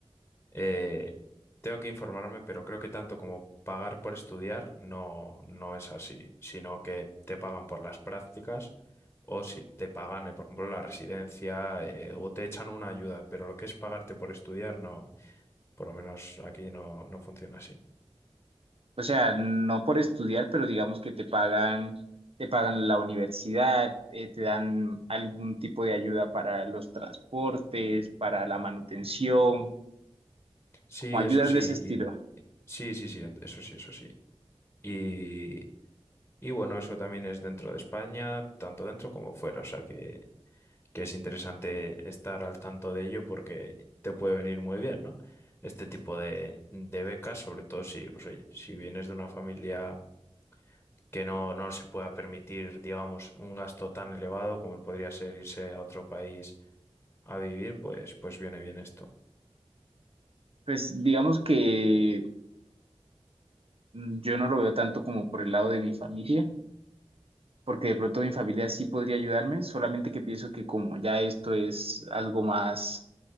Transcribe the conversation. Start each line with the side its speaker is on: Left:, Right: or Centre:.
Left: Eh, tengo que informarme, pero creo que tanto como pagar por estudiar no, no es así, sino que te pagan por las prácticas o si te pagan, eh, por ejemplo, la residencia eh, o te echan una ayuda, pero lo que es pagarte por estudiar no, por lo menos aquí no, no funciona así.
Right: O sea, no por estudiar, pero digamos que te pagan, te pagan la universidad, eh, te dan algún tipo de ayuda para los transportes, para la manutención,
Left: Sí,
Right: como ayudas
Left: eso sí,
Right: de ese estilo.
Left: y- sí, sí, sí, ent- eso sí, eso sí. Y, y bueno, eso también es dentro de España, tanto dentro como fuera, o sea que que es interesante estar al tanto de ello porque te puede venir muy bien, ¿no? Este tipo de, de becas, sobre todo si, pues, oye, si vienes de una familia que no, no se pueda permitir, digamos, un gasto tan elevado como podría ser irse a otro país a vivir, pues, pues viene bien esto.
Right: Pues digamos que mm, yo no lo veo tanto como por el lado de mi familia porque de pronto mi familia sí podría ayudarme, solamente que pienso que como ya esto es algo más,